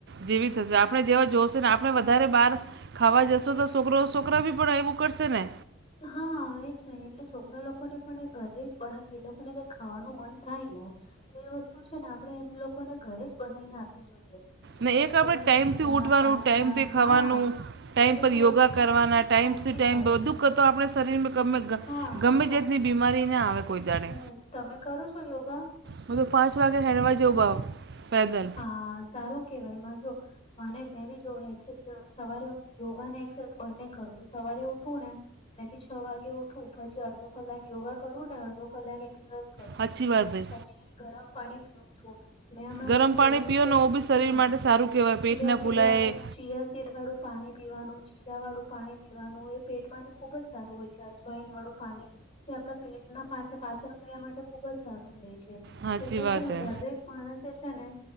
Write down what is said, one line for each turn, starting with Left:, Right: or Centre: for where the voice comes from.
Right: જેવી થશે. આપણે જેવા જોશે ને આપણે વધારે બાર ખાવા જશું તો સોકરો સોકરા ભી પણ એવું કરશે ને?
Left: હા એ જ ને, એટલે છોકરા લોકોને પણ એ ઘર જ બનાવી એ લોકોને કઈ ખાવાનું મન થાય ને તો એ વસ્તુ છે ને આપણે એ લોકોને ઘરે જ બનાવીને આપવી જોઈએ. કે
Right: ને
Left: જેમ
Right: એક
Left: એ
Right: આપણે
Left: લોકોને
Right: ટાઈમથી
Left: પીઝા
Right: ઉઠવાનું,
Left: પાસ્તા
Right: ટાઈમથી ખાવાનું,
Left: હા
Right: ટાઈમ
Left: એ બધું
Right: પર યોગા
Left: વસ્તુ
Right: કરવાના. ટાઈમ
Left: સાચી
Right: સી ટાઈમ
Left: વાત
Right: બધું
Left: છે.
Right: કતો આપણે શરીરમાં ગમે
Left: હા
Right: ગમે જાતની બીમારી ન આવે કોઈ દાડે.
Left: હમમ. તમે કરો છો યોગા?
Right: મુ તો પાંચ વાગે હવારે જ ઊભાવ પેદલ
Left: હા સારું કેવાય. મેં જો હા ને મેં બી જો એક્સેસ સવારે યોગા ને એક્સેસ એ બંને કરું છું સવારે ઉઠું ને મેં બી છો વાગે ઉઠું પછી અડધો કલાક યોગા કરું ને અડધો કલાક એક્સરસાઇઝ કરું
Right: સાચી
Left: છું.
Right: વાત હે
Left: પછી ગરમ પાણી પીવું છું મેં
Right: ગરમ
Left: શરીર
Right: પાણી
Left: નો
Right: પીઓ
Left: ખૂબ
Right: ને ઓ બી શરીર
Left: હા
Right: માટે સારું કહેવાય પેટ
Left: ચિયાસીડ
Right: ના ફૂલાય
Left: વાળું ચિયાસીડ વાળું પાણી પીવાનું જીરા વાળું પાણી પીવાનું એ પેટ માટે ખુબ જ સારું હોય છે અજવાઈન વાળું પાણી તે આપડા પેટ ના પાઠ પાચન ક્રિયા માટે ખુબ જ સારું રહે છે
Right: સાચી
Left: એટલે
Right: વાત
Left: છે ને
Right: હે
Left: દરેક માણસે છે ને